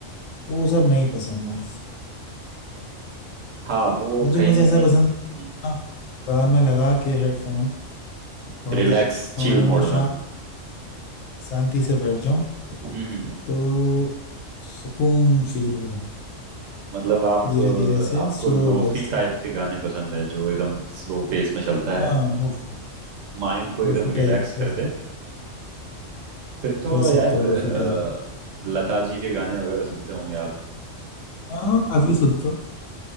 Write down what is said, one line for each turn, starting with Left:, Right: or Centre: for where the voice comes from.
Left: वो सब नहीं पसंद है
Right: हाँ वो
Left: म्यूजिक
Right: कहीं
Left: मुझे
Right: ना कहीं
Left: ऐसा पसंद
Right: हम्म,
Left: है ना कान में लगा के हेडफोन और
Right: रिलैक्स
Left: एक कोने
Right: चिल
Left: में
Right: मोड
Left: शांत
Right: में
Left: शांति से बैठ जाऊं
Right: हम्म, हम्म,
Left: तो सुकून फील हो
Right: मतलब आप
Left: धीरे धीरे से
Right: अ, आपको
Left: स्लो
Right: लोफी
Left: वॉइस
Right: टाइप के गाने पसंद है जो एकदम स्लो पेस में चलता है
Left: हाँ लोफी
Right: माइंड को एकदम
Left: लोफी
Right: रिलैक्स
Left: टाइप कह
Right: कर
Left: सक-
Right: दे फिर तो
Left: कह सकते
Right: यार
Left: हो
Right: अ,
Left: लोफी टाइप
Right: लता जी के गाने वगैरह सुनते होंगे आप
Left: हाँ काफी सुनते हो